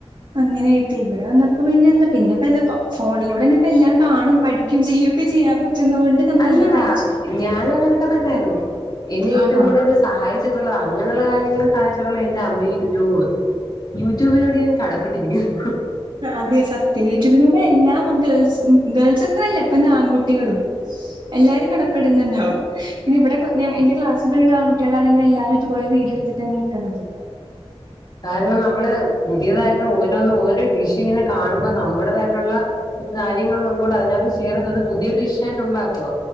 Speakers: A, on the right; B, on the left.
A: അങ്ങനെയായിട്ട് ഇവിടെ വന്നപ്പോ പിന്നെ എന്താ പിന്നെപ്പ എന്തൊ ഫോണിലൂടെന്നപ്പം എല്ലാം കാണും പഠിക്കും കും ഒക്കെ ചെയ്യാൻ പറ്റുന്നതോണ്ട് നമ്മളെല്ലാം
B: അല്ലടാ
A: പഠിച്ചു.
B: ഞാനും അങ്ങനെയൊക്കെ തന്നെയായിരുന്നു എന്നെ ഏറ്റവും
A: ആണോ
B: കൂടുതൽ സഹായിച്ചിട്ടുള്ളത അങ്ങനെയുള്ള കാര്യങ്ങൾ സഹായിച്ചിട്ടുള്ളത് എന്റെ അമ്മയ്ക്ക് യൂട്യൂബ് യൂട്യൂബിനോട് കടപ്പെട്ടിരിക്കുന്നു.
A: അതെ സത്യ യൂട്യൂബിലൂടെ എല്ലാം ഗേൾസ് ഗേൾസ്ല്ന്ന് ഇപ്പൊ ആൺകുട്ടികളും- എല്ലാരും കടപ്പെടുന്നുണ്ടാവും- ഇനി ഇവടൊക്കെ എന്റെ ക്ലാസ്സിൽ പഠിക്കുന്ന ആൺകുട്ടികളാണെകിൽ എല്ലാരും ഇതുപോലെ വീട് എടുത്തിട്ടാണ് നിൽക്കുന്നത്.
B: കാരണം നമ്മള് പുതിയതായിട്ട് ഓരോന്നും ഓരോ ഡിഷ് ഇങ്ങനെ കാണുമ്പോ നമ്മുടേതായിട്ടുള്ള കാര്യങ്ങളും കൂടെ അതിനകത്ത് ചേരുന്നത് പുതിയ ഡിഷ് ആയിട്ട് ഉണ്ടാക്കുവ